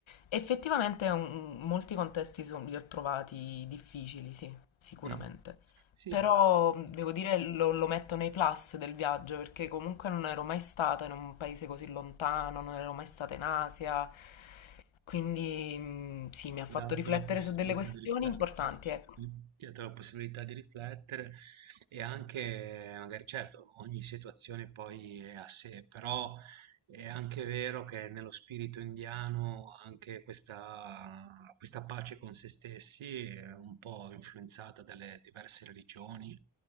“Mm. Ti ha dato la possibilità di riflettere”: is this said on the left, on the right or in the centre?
Right